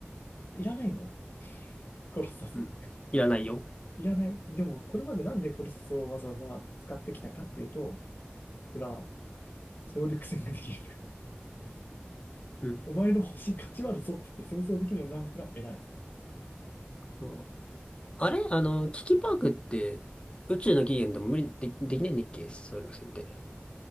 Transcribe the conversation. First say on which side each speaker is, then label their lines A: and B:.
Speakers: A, on the left (about 45°); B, on the left (about 25°).
A: いらないもん、コロサス。
B: うん。いらないよ。
A: いらない。でも、これまでなんでコロサスをわざわざ使ってきたかっていうと、それは総力戦ができる。
B: うん。
A: お前の星勝ち割るぞって言って戦争できるようになるのが偉い。
B: そうあれあの、キキパークって、宇宙の起源でも無理で、できないんだっけ総力戦って。